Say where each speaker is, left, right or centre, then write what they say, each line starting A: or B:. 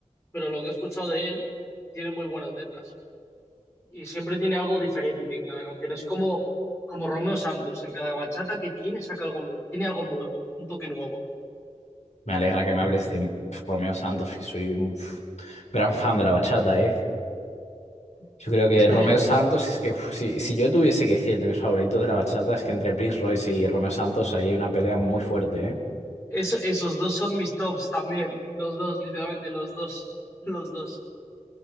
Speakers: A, on the left (about 20°); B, on the left (about 60°).
A: pero lo que he escuchado de él tiene muy buenas letras. Y siempre tiene algo diferente en cada canción. Es como, como Romeo Santos. En cada bachata que tiene saca algo nuevo. Tiene algo nuevo, un toque nuevo.
B: Me alegra que me hables de pf, Romeo Santos, que soy un pf, gran fan de la bachata, ¿eh? Yo creo que
A: <laughs>
B: Romeo Santos es que uf, si, si yo tuviese que decirte mis favoritos de la bachata es que entre Prince Royce y Romeo Santos ahí hay una pelea muy fuerte, ¿eh?
A: Eso- esos dos son mis tops también. Los dos, literalmente, los dos. Los dos.